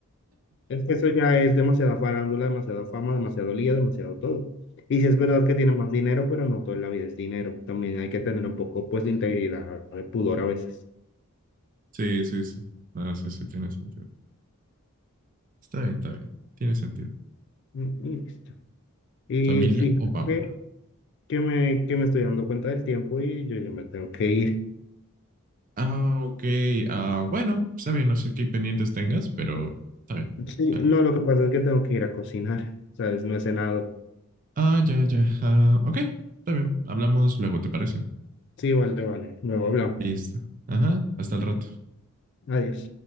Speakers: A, on the left; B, on the right.
A: es que eso ya es demasiada farándula, demasiada fama, demasiado lío, demasiado todo. Y si es verdad que tienen más dinero, pero no toda la vida es dinero. También hay que tener un poco, pues, de integridad, de pudor a veces.
B: Sí, sí, sí. No, sí, sí, tiene sentido. Está bien, está bien. Tiene sentido.
A: Mm, Y listo. Y
B: Familia
A: fíjate
B: Obama.
A: que, que me, que me estoy dando cuenta del tiempo y yo ya me tengo que ir.
B: Ah, ok. Ah, bueno, está bien, no sé qué pendientes tengas, pero está bien.
A: Sí,
B: Dale.
A: no, lo que pasa es que tengo que ir a cocinar, ¿sabes? No he cenado.
B: Ah, ya, ya. Ah, ok, está bien. Hablamos luego, ¿te parece?
A: Sí, vale, vale. Luego hablamos.
B: Listo. Ajá, hasta el rato.
A: Adiós.